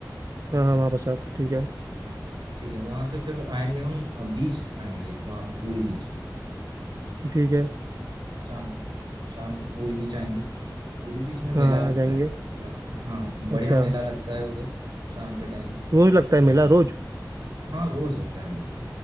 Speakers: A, on the right; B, on the right.
A: हाँ हाँ हमारे साथ
B: ठीक
A: ठीक है
B: हाँ ठीक है वहाँ से फिर आएंगे हम अ, बीच आएंगे वहाँ पूरी बीच
A: ठीक है
B: शाम को शाम को पूरी बीच आएंगे पूरी बीच में मेला
A: हाँ
B: लगता
A: हाँ, आ जाएंगे
B: है पूरा हाँ बढ़िया
A: अच्छा
B: मेला लगता है उधर शाम के टाइम
A: रोज लगता है
B: हाँ
A: मेला रोज
B: हाँ रोज लगता है मेला